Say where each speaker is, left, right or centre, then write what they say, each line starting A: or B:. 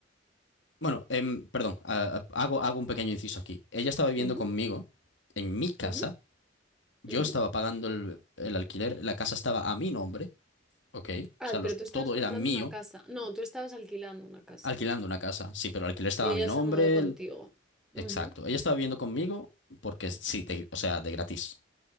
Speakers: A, on the left; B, in the centre.
A: bueno, em, perdón, a- a- hago, hago un pequeño inciso aquí. Ella estaba viviendo
B: Ujú,
A: conmigo en mi casa
B: ujú,
A: Yo
B: ujú.
A: estaba pagando el, el alquiler, la casa estaba a mi nombre, ¿ok? O
B: Ah,
A: sea,
B: pero
A: los,
B: tú estabas
A: todo
B: comprando
A: era mío,
B: una casa. No, tú estabas alquilando una casa.
A: alquilando una casa. Sí, pero el alquiler estaba
B: Y ella
A: a mi nombre,
B: se mudó contigo.
A: el-
B: Ujú.
A: exacto. Ella estaba viviendo conmigo porque sí, de- o sea, de gratis.